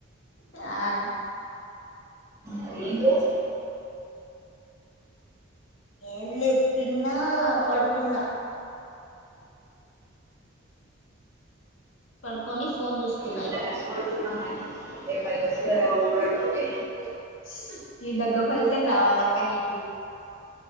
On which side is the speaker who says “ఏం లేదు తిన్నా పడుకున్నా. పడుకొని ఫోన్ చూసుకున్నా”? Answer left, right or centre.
Left